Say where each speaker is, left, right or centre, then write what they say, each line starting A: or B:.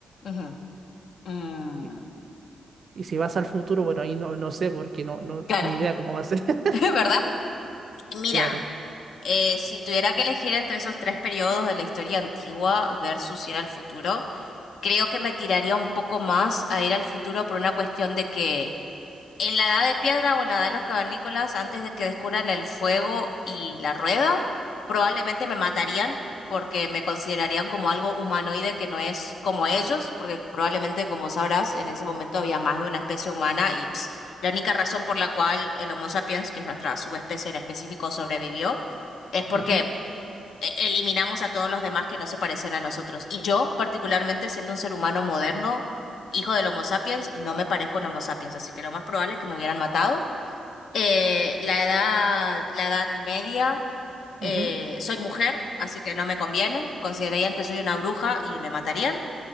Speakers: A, on the left (about 75°); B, on the right (about 60°).
A: ujú, mm,
B: Y, y si vas al futuro, bueno, ahí no, no sé porque no, no,
A: Claro,
B: ni idea cómo va a ser. <laughs>
A: <laughs> ¿verdad? Mira,
B: Claro.
A: eh, si tuviera que elegir entre esos tres periodos de la historia antigua versus ir al futuro, creo que me tiraría un poco más a ir al futuro por una cuestión de que En la edad de piedra o en la edad de los cavernícolas, antes de que descubran el fuego y la rueda, probablemente me matarían porque me considerarían como algo humanoide que no es como ellos, porque probablemente, como sabrás, en ese momento había más de una especie humana y ps, la única razón por la cual el Homo sapiens, que es nuestra subespecie en específico, sobrevivió, es porque
B: Ujú,
A: e- eliminamos a todos los demás que no se parecen a nosotros. Y yo, particularmente siendo un ser humano moderno, hijo del Homo sapiens, no me parezco a un Homo sapiens, así que lo más probable es que me hubieran matado. Eh, la edad, la edad media, eh,
B: ujú.
A: soy mujer, así que no me conviene. Considerarían que soy una bruja y me matarían.